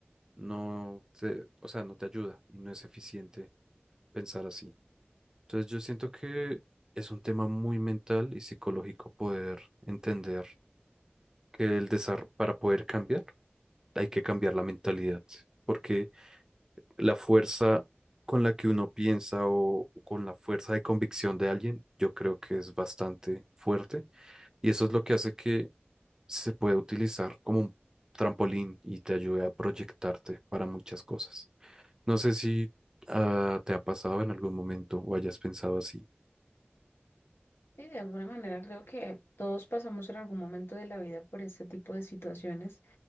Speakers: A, on the right (about 15°); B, on the left (about 75°).
A: no te, o sea, no te ayuda y no es eficiente pensar así. Entonces yo siento que es un tema muy mental y psicológico poder entender que el desarrollo, para poder cambiar, hay que cambiar la mentalidad, porque la fuerza con la que uno piensa o con la fuerza de convicción de alguien, yo creo que es bastante fuerte. Y eso es lo que hace que se puede utilizar como un trampolín y te ayuda a proyectarte para muchas cosas. No sé si ah, te ha pasado en algún momento o hayas pensado así.
B: Sí, de alguna manera creo que todos pasamos en algún momento de la vida por este tipo de situaciones